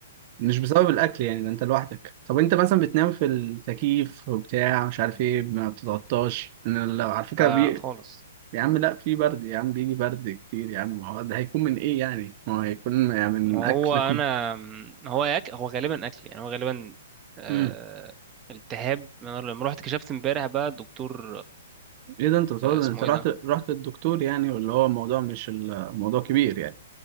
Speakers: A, on the right; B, on the right.
A: مش بسبب الاكل يعني ده انت لوحدك طب انت مثلا بتنام في التكييف وبتاع مش عارف ايه ما بتتغطاش انا لو على فكره
B: آه
A: بي...
B: خالص
A: يا عم لا في برد يا عم بيجي برد كتير يا عم ما هو ده هيكون من ايه يعني ما هو هيكون يعني من
B: ما هو
A: اكل
B: انا
A: كله
B: ما هو ياك هو غالبا اكل يعني هو غالبا آه...
A: امم
B: التهاب انا لما رحت كشفت امبارح بقى الدكتور
A: ايه ده انت بتقول
B: آه، اسمه
A: انت رحت
B: ايه ده
A: رحت للدكتور يعني ولا هو الموضوع مش الموضوع كبير يعني